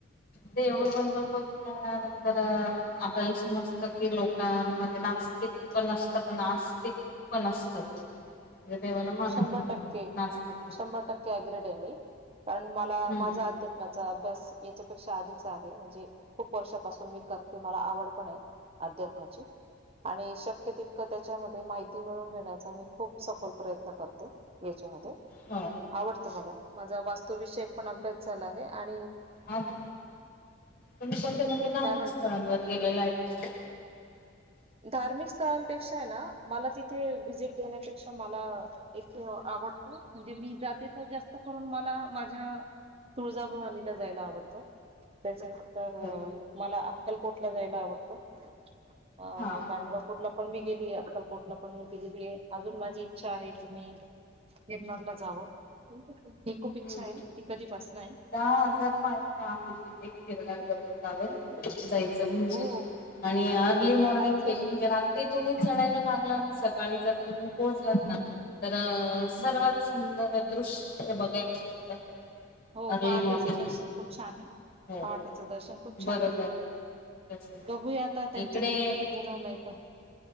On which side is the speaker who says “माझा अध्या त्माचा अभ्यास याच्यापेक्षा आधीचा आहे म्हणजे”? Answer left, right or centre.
Right